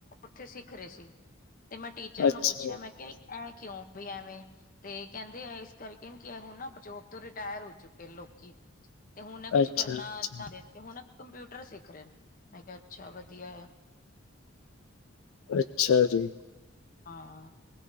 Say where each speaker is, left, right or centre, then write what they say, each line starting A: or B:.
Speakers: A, on the left (about 40°); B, on the left (about 80°).
A: ਓਥੇ ਸਿੱਖ ਰ‌ਏ ਸੀ ਤੇ ਮੈਂ ਟੀਚਰ
B: ਅੱਛਾ
A: ਨੂੰ ਪੁੱਛਿਆ ਮੈਂ ਕਿਆ ਐ ਕਿਉਂ ਬਈ ਐਵੇਂ ਤੇ ਕੈਂਦੇ ਐ ਏਸ ਕਰਕੇ ਕਿ ਐ ਹੋ ਨਾ ਜੋਬ ਤੋਂ ਰਿਟਾਇਰ ਹੋ ਚੁੱਕੇ ਨੇ ਲੋਕੀ ਤੇ ਹੁਣ ਏ ਕੁਛ
B: ਅੱਛਾ
A: ਕਰਨਾ
B: ਅੱਛਾ
A: ਚਾਂਦੇ ਤੇ ਹੁਣ‌ ਏ ਕੰਪਿਊਟਰ ਸਿੱਖ ਰਏ ਮੈਂ ਕਿਆ ਅੱਛਾ ਵਧੀਆ ਆ।
B: ਅੱਛਾ ਜੀ।
A: ਹਾਂ,